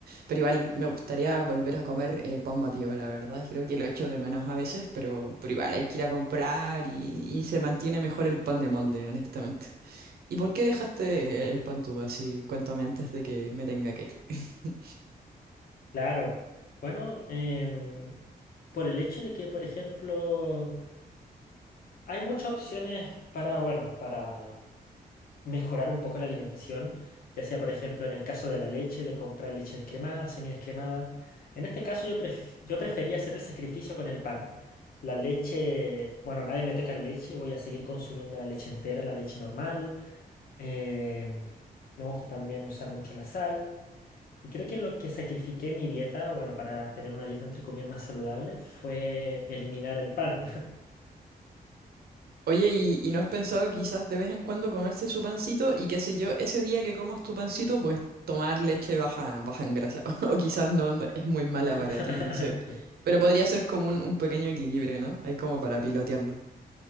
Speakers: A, on the right; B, on the left.
A: Pero igual, me gustaría volver a comer eh, pan batido, la verdad. Y creo que lo echo de menos a veces, pero, pero igual, hay que ir a comprar y, y se mantiene mejor el pan de molde, honestamente. ¿Y por qué dejaste el Pantú así? Cuéntame antes de que me tenga que ir. <laughs>
B: Claro. Bueno, em, por el hecho de que, por ejemplo, hay muchas opciones para, bueno, para mejorar un poco la alimentación, ya sea, por ejemplo, en el caso de la leche, de comprar leche descremada, semidescremada. En este caso yo, pref- yo prefería hacer el sacrificio con el pan. La leche, bueno, nadie me toca la leche, voy a seguir consumiendo la leche entera, la leche normal. Em, me gusta también usar mucho la sal. Y creo que lo que sacrifiqué en mi dieta, bueno, para tener una dieta entre comillas más saludable, fue eliminar el pan.
A: Oye, ¿y, y no has pensado quizás de vez en cuando comerse su pancito y qué sé yo, ese día que comas tu pancito, pues tomar leche baja, baja en grasa? <laughs> O quizás no, no- es muy mala
B: <laughs>
A: para ti, no sé. Pero podría ser como un, un pequeño equilibrio, ¿no? Hay como para pilotearlo.